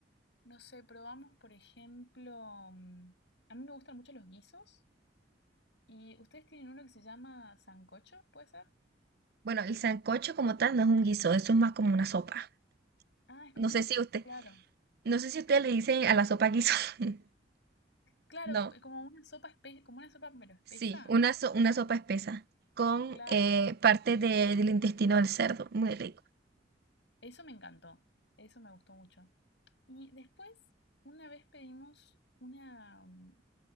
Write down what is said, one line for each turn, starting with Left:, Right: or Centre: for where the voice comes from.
Left: no sé, probamos, por ejemplo, mm, a mí me gustan mucho los guisos. ¿Y ustedes tienen uno que se llama sancocho, puede ser?
Right: Bueno, el sancocho como tal no es un guiso, eso es más como una sopa.
Left: Ah, es como
Right: No
Left: una,
Right: sé si
Left: es
Right: usted,
Left: claro.
Right: no sé si usted le dice a la sopa guiso. <laughs>
Left: Claro,
Right: No.
Left: eh, como una sopa espe- como una sopa pero espesa.
Right: Sí, una, so- una sopa espesa con
Left: Claro.
Right: eh, parte de- del intestino del cerdo. Muy rico.
Left: Eso me encantó. Eso me gustó mucho. Y después, una vez pedimos una, mm,